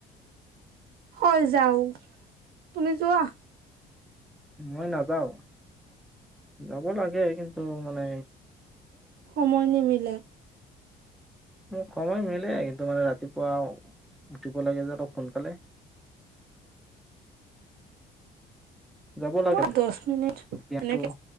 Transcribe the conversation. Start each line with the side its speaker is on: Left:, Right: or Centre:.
Right: হয় যাও তুমি যোৱা
Centre: মই নাযাওঁ যাব লাগে কিন্তু তটো মানে
Right: সময় নিমিলে
Centre: মোক সময় মিলে কিন্তু মানে ৰাতিপুৱা উঠিব লাগে যে অলপ সোনকালে যাব লাগেটো
Right: মই দহ মিনিট এনেকে